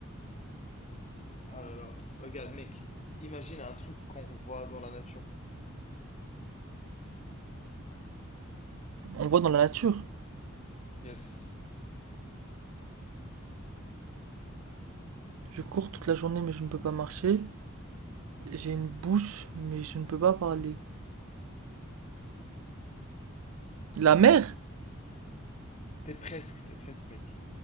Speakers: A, on the left; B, on the right.
A: Ah là là. Regarde, mec. Imagine un truc qu'on voit dans la nature.
B: On voit dans la nature.
A: Yes.
B: Je cours toute la journée, mais je ne peux pas marcher. J'ai une bouche, mais je ne peux pas parler. La mer,
A: T'es presque, t'es presque, mec.